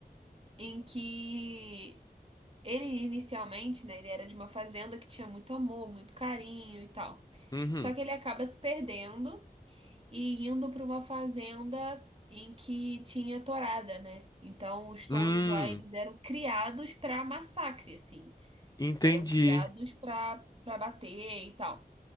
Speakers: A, on the right; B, on the left.
A: em que Ele inicialmente, né, ele era de uma fazenda que tinha muito amor, muito carinho e tal.
B: Uhum.
A: Só que ele acaba se perdendo e indo para uma fazenda em que tinha tourada, né? Então os touros
B: Hum,
A: lá eles eram criados para massacre, assim.
B: entendi.
A: Eram criados para para bater e tal.